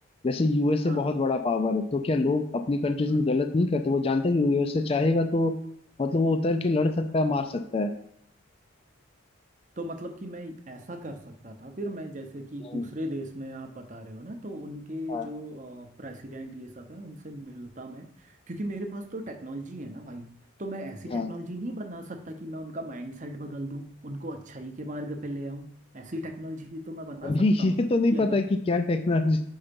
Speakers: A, on the left; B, on the right.
A: जैसे यूएसए
B: हाँ
A: बहुत बड़ा पावर है तो क्या लोग अपनी कंट्रीज
B: हाँ
A: में गलत नहीं करते वो जानता है कि यूएसए चाहेगा तो मतलब वो उतर के लड़ सकता है मार सकता है
B: तो मतलब कि मैं ऐसा कर सकता था फिर मैं जैसे कि
A: हम्म,
B: दूसरे देश में आप बता रहे हो ना तो उनके
A: हाँ
B: जो प्रेसिडेंट ये सब है उनसे मिलता मैं क्योंकि मेरे पास तो टेक्नोलॉजी है ना भाई तो मैं ऐसी टेक्नोलॉजी
A: हाँ
B: नहीं बना सकता कि मैं उनका माइंडसेट बदल दूं उनको अच्छाई के मार्ग पे ले आऊं ऐसी टेक्नोलॉजी भी तो मैं बना
A: अभी
B: सकता
A: ये
B: हूँ
A: तो नहीं
B: कि अगर
A: पता है कि क्या टेक्नोलॉजी